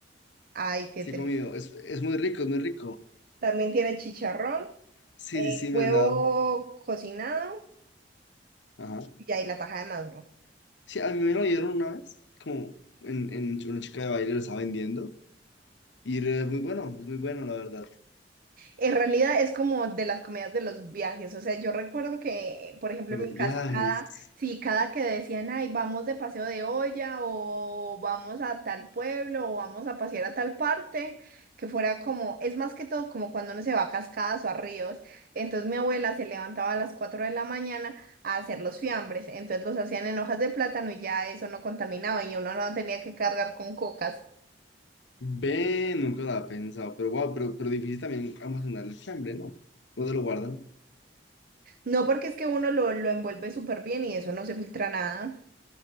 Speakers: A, on the right (about 50°); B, on the left (about 70°).
A: Ay, qué
B: Sí
A: triste.
B: he comido. Es, es muy rico, es muy rico.
A: También tiene chicharrón,
B: Sí,
A: eh,
B: sí, sí,
A: huevo
B: me han dado.
A: cocinado
B: Ajá.
A: y ahí la taja de maduro.
B: Sí, a mí me lo dieron una vez, como en, en una chica de baile lo estaba vendiendo. Y es muy bueno, es muy bueno, la verdad.
A: En realidad es como de las comidas de los viajes, o sea, yo recuerdo que, por ejemplo,
B: Los
A: en mi
B: viajes.
A: casa, cada, sí, cada que decían, ay, vamos de paseo de olla o vamos a tal pueblo o vamos a pasear a tal parte, que fuera como, es más que todo como cuando uno se va a cascadas o a ríos, entonces mi abuela se levantaba a las 4 de la mañana a hacer los fiambres, entonces los hacían en hojas de plátano y ya eso no contaminaba y uno no tenía que cargar con cocas,
B: Ve, nunca lo había pensado. Pero wow, pero, pero difícil también almacenar el fiambre, ¿no? ¿Dónde lo guardan?
A: no porque es que uno lo, lo envuelve súper bien y eso no se filtra nada.